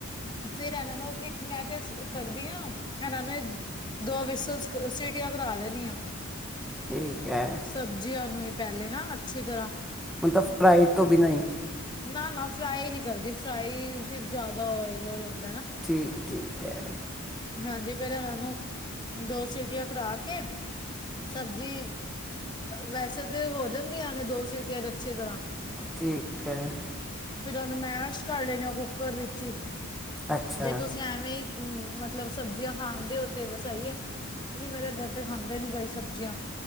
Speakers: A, on the left; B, in the centre.
A: ਫੇਰ ਇਹਨਾਂ ਨੂੰ ਇੱਕ ਮੈਂ ਤੇ ਕਰਦੀ ਹਾਂ ਇਹਨਾਂ ਨੂੰ ਦੋ ਵਿਸ ਸੀਟੀਆਂ ਕਰਾ ਲੈਂਨੀ ਆ,
B: ਠੀਕ ਹੈ
A: ਸਬਜ਼ੀਆਂ ਨੂੰ ਈ, ਪਹਿਲੇ ਨਾ ਅੱਛੀ ਤਰ੍ਹਾਂ
B: ਮਤਲਬ ਫਰਾਈ ਤੋਂ ਬਿਨਾ ਹੀ,
A: ਨਾ-ਨਾ ਫਰਾਈ ਨੀ ਕਰਦੀ ਫਰਾਈ ਫਿਰ ਜ਼ਿਆਦਾ ਓਇਲ ਹੋ ਜਾਂਦੀ।
B: ਠੀਕ ਠੀਕ ਹੈ,
A: ਹਾਂਜੀ ਪਹਿਲਾ ਉਹਨਾਂ ਨੂੰ ਦੋ ਸੀਟੀਆਂ ਖਾ ਕੇ ਸਬਜ਼ੀ ਵੈਸੇ ਤਾਂ ਹੋ ਜਾਂਦੀਆਂ ਨੇ ਦੋ ਸੀਟੀਆਂ ਚ ਅੱਛੀ ਤਰ੍ਹਾਂ
B: ਠੀਕ ਹੈ,
A: ਫ਼ੇਰ ਉਹਨੂੰ ਮੈਸ਼ ਕਰ ਲੈਣੇ ਉਹ ਕੁੱਕਰ ਵਿੱਚ,
B: ਅੱਛਾ
A: ਜੇ ਤੁਸੀਂ ਐਵੇਂ ਹੀ ਮਤਲ ਮਤਲਬ ਸਬਜ਼ੀਆਂ ਖਾਦੇ ਹੋ ਤੇ ਸਹੀ ਏ ਕਿਉਂਕਿ ਮੇਰਾ ਘਰ ਦੇ ਖਾਂਦੇ ਨੀ ਕਈ ਸਬਜ਼ੀਆਂ,